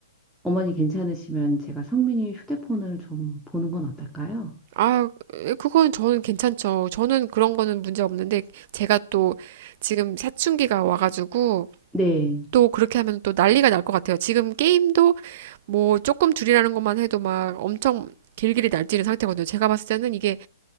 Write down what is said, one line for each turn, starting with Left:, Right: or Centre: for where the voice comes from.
Centre: 어머니 괜찮으시면 제가 성민이 휴대폰을 좀 보는 건 어떨까요?
Right: 아, 그건 저는 괜찮죠. 저는 그런 거는 문제 없는데 제가 또 지금 사춘기가 와가지고
Centre: 네.
Right: 또 그렇게 하면 또 난리가 날 것 같아요. 지금 게임도 뭐 조금 줄이라는 것만 해도 막 엄청 길길이 날뛰는 상태거든요. 제가 봤을 때는 이게